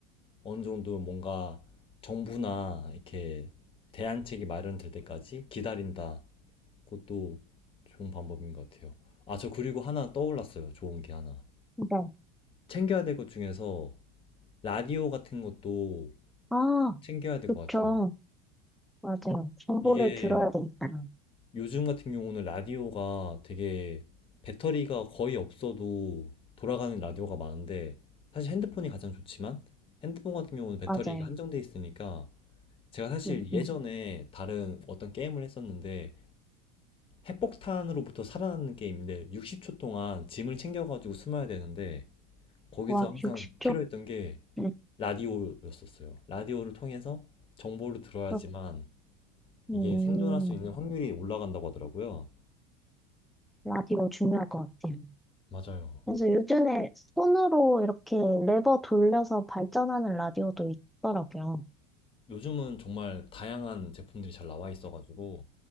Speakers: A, on the left; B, in the centre.
A: 어느 정도 뭔가 정부나 이렇게 대안책이 마련될 때까지 기다린다. 그것도 좋은 방법인 것 같아요. 아, 저 그리고 하나 떠올랐어요. 좋은 게 하나.
B: 네.
A: 챙겨야 될 것 중에서 라디오 같은 것도
B: 아,
A: 챙겨야 될
B: 그쵸.
A: 것 같아요.
B: 맞아요. 정보를
A: 이게
B: 들어야 되니까.
A: 요즘 같은 경우는 라디오가 되게 배터리가 거의 없어도 돌아가는 라디오가 많은데 사실 핸드폰이 가장 좋지만 핸드폰 같은 경우는 배터리가
B: 맞아요.
A: 한정돼 있으니까 제가 사실
B: 음,
A: 예전에
B: 음.
A: 다른 어떤 게임을 했었는데 핵폭탄으로부터 살아나는 게임인데 60초 동안 짐을 챙겨가지고 숨어야 되는데 거기서
B: 와,
A: 항상
B: 60초?
A: 필요했던 게
B: 음,
A: 라디오였었어요. 라디오를 통해서 정보를 들어야지만
B: 그렇-
A: 이게
B: 음,
A: 생존할 수 있는 확률이 올라간다고 하더라고요.
B: 라디오 중요할 것 같아요.
A: 맞아요.
B: 그래서 요즘에 손으로 이렇게 레버 돌려서 발전하는 라디오도 있더라고요.
A: 요즘은 정말 다양한 제품들이 잘 나와 있어가지고